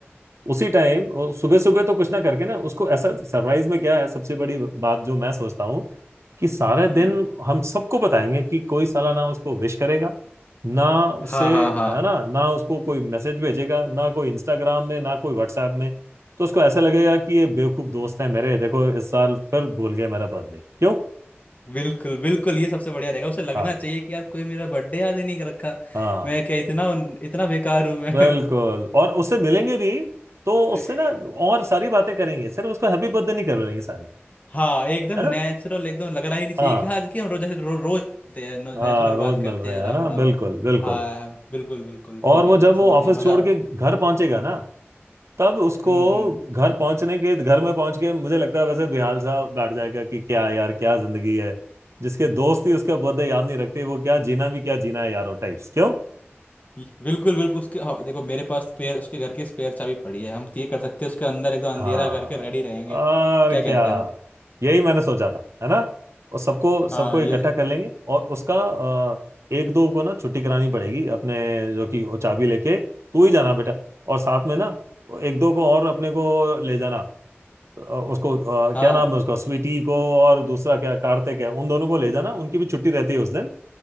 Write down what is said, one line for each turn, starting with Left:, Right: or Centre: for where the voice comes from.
Right: उसी टाइम सुबह सुबह तो कुछ ना करके ना उसको ऐसा सरप्राइज में क्या है सबसे बड़ी बात जो मैं सोचता हूँ कि सारा
Left: हम्म
Right: दिन हम सबको बताएंगे कि कोई साला ना उसको विश करेगा ना उससे
Left: हाँ हाँ हाँ
Right: है ना ना उसको कोई मैसेज भेजेगा ना कोई इंस्टाग्राम में ना कोई व्हाट्सएप में तो उसको ऐसा लगेगा कि ये बेवकूफ दोस्त हैं मेरे देखो इस साल फिर भूल गए मेरा बर्थडे क्यों
Left: बिल्कुल बिल्कुल ये सबसे बढ़िया रहेगा उसे लगना
Right: हाँ
Left: चाहिए कि यार कोई मेरा बर्थडे याद ही नहीं कर रखा
Right: हाँ
Left: मैं क्या इतना इतना बेकार हूँ मैं
Right: बिल्कुल और उससे मिलेंगे भी तो
Left: <laughs>
Right: उससे ना और सारी बातें करेंगे सिर्फ उसको हैप्पी बर्थडे नहीं करेंगे सारे
Left: हाँ एकदम
Right: है ना
Left: नेचुरल एकदम लगना ही नहीं चाहिए
Right: हाँ
Left: कि हाँ देखिए हम रोज जैसे रो, रोज मिलते हैं नेचुरल
Right: हाँ रोज
Left: बात करते
Right: मिल रहे
Left: हैं
Right: हैं
Left: राम
Right: है ना
Left: राम
Right: बिल्कुल बिल्कुल
Left: हाँ हाँ, बिल्कुल बिल्कुल
Right: और
Left: ठीक
Right: वो
Left: है ठीक
Right: जब
Left: है समझ
Right: वो ऑफिस
Left: गए मजा
Right: छोड़ के घर पहुंचेगा ना तब उसको
Left: हम्म हम्म
Right: घर पहुंचने के घर में पहुंच के मुझे लगता है वैसे बेहाल सा बैठ जाएगा कि क्या यार क्या जिंदगी है जिसके दोस्त ही उसका बर्थडे याद नहीं रखते वो क्या जीना भी क्या जीना है यार वो टाइप्स क्यों
Left: ये- बिल्कुल बिल्कुल उसके हाँ, देखो मेरे पास स्पेयर उसके घर की स्पेयर चाबी पड़ी है हम तो ये कर सकते हैं उसके अंदर एकदम अंधेरा
Right: हाँ
Left: करके रेडी रहेंगे
Right: और
Left: क्या कहते
Right: क्या
Left: हो
Right: यही मैंने सोचा था है ना और सबको सबको
Left: हाँ
Right: इकट्ठा
Left: ये
Right: कर लेंगे और उसका अ, एक दो को ना छुट्टी करानी पड़ेगी अपने जो कि वो चाबी लेके तू ही जाना बेटा और साथ में ना एक दो को और अपने को ले जाना अ, उसको अ,
Left: हाँ
Right: क्या नाम है उसका स्वीटी को और दूसरा क्या कार्तिक है उन दोनों को ले जाना उनकी भी छुट्टी रहती है उस दिन